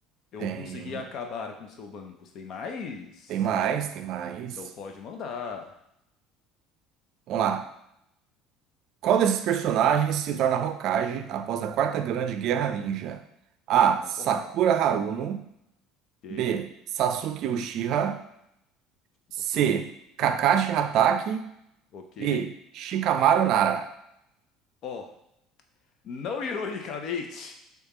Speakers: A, on the left; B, on the right.
A: eu
B: Tem,
A: consegui acabar com seu banco? Tem mais?
B: tem mais, tem mais.
A: Então pode mandar.
B: Vamos lá. Qual desses personagens se torna Hokage após a Quarta Grande Guerra Ninja? A.
A: Eita, tem
B: Sakura
A: uma porrada.
B: Haruno.
A: Ok,
B: B. Sasuke Uchiha. C.
A: ok,
B: Kakashi Hatake.
A: ok.
B: D. Shikamaru Nara.
A: Ó, não ironicamente.